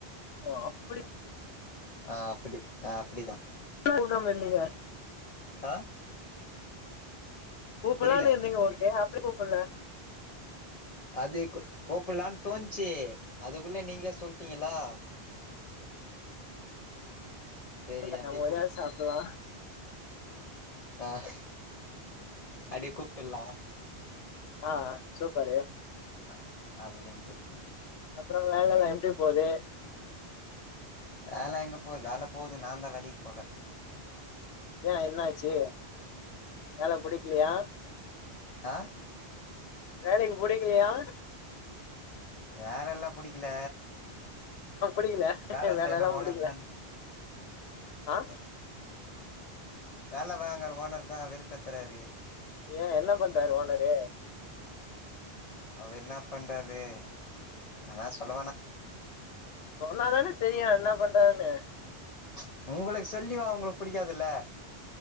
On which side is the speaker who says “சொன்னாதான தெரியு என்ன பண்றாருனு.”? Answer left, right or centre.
Left